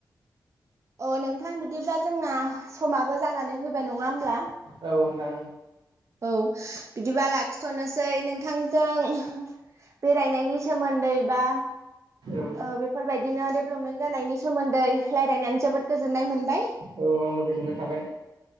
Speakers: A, on the right; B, on the right.
A: अ नोंथां बिदिब्ला जोंना समाबो जानानै फैबाय नङा नङा होमब्ला
B: औ नोंथां
A: औ बिदिबा लाखिथ'नोसै नोंथांजों बेरायनायनि सोमोन्दै बा
B: औ
A: ओ बेफोरबायदिनो डेभेलपमेन्ट जानायनि सोमोन्दै रायलायनानै जोबोद गोजोननाय मोनबाय
B: औ आंबो गोजोननाय थाबाय